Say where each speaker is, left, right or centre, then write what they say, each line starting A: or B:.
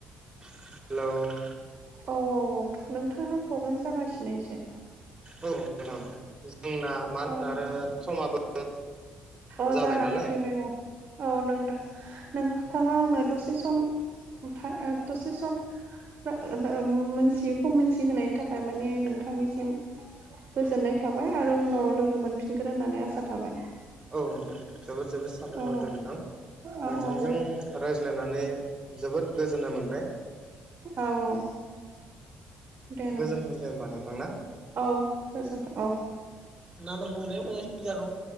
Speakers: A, on the right (about 15°); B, on the right (about 45°).
A: हेल'
B: औ औ औ नोंथांना प्रब्लेम जागासिनो एसे
A: औ नोंथां जोंना मा होनो
B: औ
A: आरो समाबो
B: अ
A: जाबाय
B: जानानै
A: नालाय
B: फैबाय औ औ नों दा-नोंथाङा आंनो दसे सम था ओ दसे सम ओम मोनथियैखौ मोनसिहोनायनि था खाय माने नोंथांनिसिम गोजोननाय थाबाय आरो उनाव लोगो मोनफिनगोन होननानै आसा थाबाय
A: औ नोंथां जोबोद जोबोद साफायखर
B: औ
A: दे नोंथां
B: औ
A: नोंथांजों
B: औ
A: रायज्लायनानै जोबोद गोजोन्नाय मोनबाय
B: औ औ दे नोंथां
A: गोजोन्थों दे होमबा नोंथांना
B: औ गोजोन्थों औ
A: नामबारखौ हरनायबा मोजांसिन जागौमोन।